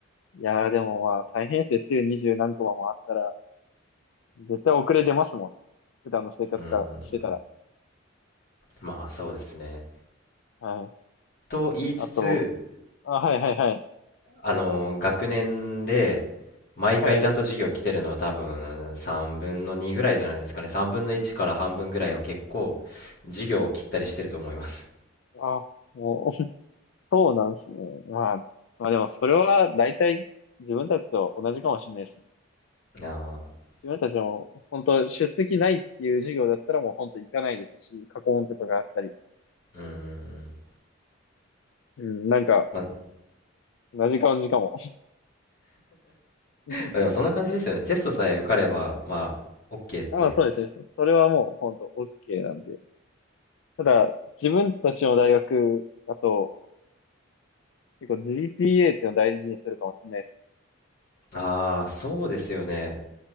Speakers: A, on the left; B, on the left.
A: いやー、でもまあ、大変ですよ。週二十何コマもあったら、絶対遅れ出ますもん。普段の生活からしてたら。
B: うーん、まあそうですね。
A: はい。
B: と言いつつ、
A: あと、あ、はいはいはい。
B: あのー学年で毎回ちゃんと授業来てるのは多分3分の2ぐらいじゃないですかね。
A: はい。
B: 3分の1から半分ぐらいは結構授業を切ったりしてると思います。
A: あ、もうそうなんですね。まあ、まあでもそれは大体自分たちと同じかもしれないですね。
B: ああ、
A: 自分たちも本当出席ないっていう授業だったらもう本当行かないですし、過去問とかがあったり。
B: うーん。
A: うん、なんか
B: まあ、ま
A: 同じ感じかも。<laughs>
B: あでもそんな感じですよね。テストさえ受かれば、まあ、OK っていう。
A: まあそうですね。それはもう本当 OK なんで。ただ、自分たちの大学だと結構 GPA っていうのを大事にするかもしれないですね。
B: ああ、そうですよね。